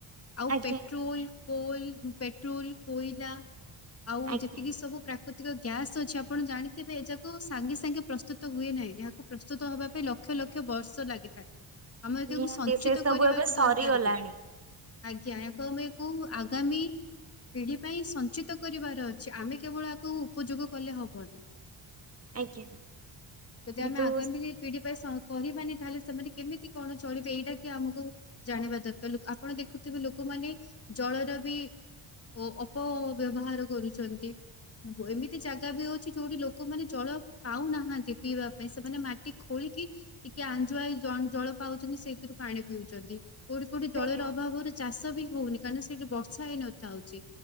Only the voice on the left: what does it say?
ଆଉ
ପେଟ୍ରୋଲ କୋଲ ପେଟ୍ରୋଲ କୋଇଲା ଆଉ
ଯେତିକି ସବୁ ପ୍ରାକୃତିକ ଗ୍ୟାସ୍ ଅଛି ଆପଣ ଜାଣିଥିବେ ଏ ଯାକୁ ସାଙ୍ଗେ ସାଙ୍ଗେ ପ୍ରସ୍ତୁତ ହୁଏ ନାହିଁ ଏହାକୁ ପ୍ରସ୍ତୁତ ହବା ପାଇଁ ଲକ୍ଷ ଲକ୍ଷ ବର୍ଷ ଲାଗିଥାଏ ଆମେ ତାକୁ
ସଞ୍ଚିତ
କରିବାକୁ
ଦରକାର ବି ଆଜ୍ଞା ଆକୁମେ କୁ ଆଗାମୀ ପିଢି ପାଇଁ ସଞ୍ଚିତ କରିବାର ଅଛି ଆମେ କେବଳ ଏହାକୁ ଉପଯୋଗ କଲେ ହବନି
ଯଦି
ଆମେ ଆଗାମୀ
ପିଢି ପାଇଁ କହିବାନି ତାହେଲେ ସେମାନେ କେମିତି କଣ ଚଳିବେ ଏଇଟା କି ଆମକୁ ଜାଣିବା ଦରକାର ଆପଣ ଦେଖୁଥିବେ ଲୋକମାନେ ଜଳର ବି ଓ ଅପବ୍ୟବହାର କରୁଛନ୍ତି ଏମିତି ଜାଗା ବି ଅଛି ଯୋଉଠି ଲୋକମାନେ ଜଳ ପାଉନାହାନ୍ତି ପିଇବା ପାଇଁ ସେମାନେ ମାଟି ଖୋଳିକି ଟିକେ ଆଞଜୁଆଇ ଜଳ ପାଉଛନ୍ତି ସେଇଥିରୁ ପାଣି ପିଉଛନ୍ତି। କୋଉଠି କୋଉଠି
ଜଳର ଅଭାବରେ ଚାଷ ବି ହଉନି କାରଣ ସେଇଠି ବର୍ଷା ହେଇନଥା ହଉଛି।